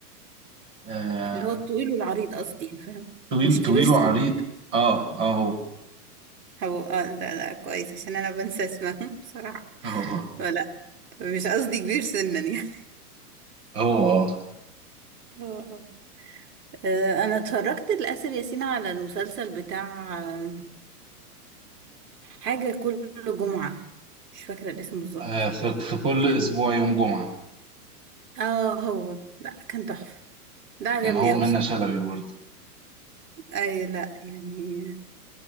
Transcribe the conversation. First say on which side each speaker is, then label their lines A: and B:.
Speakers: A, on the right; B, on the right.
A: آه
B: اللي هو الطويل والعريض قصدي فاهم
A: طويل
B: مش
A: طويل
B: كبير سن
A: وعريض اه اه
B: هو اه ده ده كويس عشان انا بنسى اسمهم <laughs> بصراحة
A: هو هو
B: ولا مش قصدي كبير سنا يعني
A: هو
B: اه آه، انا اتفرجت لآسر ياسين على المسلسل بتاع آه، حاجة كل جمعة مش فاكرة الاسم بالظبط
A: آه، في في كل
B: كان
A: أسبوع يوم جمعة
B: اه هو لا كان تحفة ده عجبني
A: كان هو منة
B: اوي بصراحة
A: شلبي برضه
B: اي لا يعني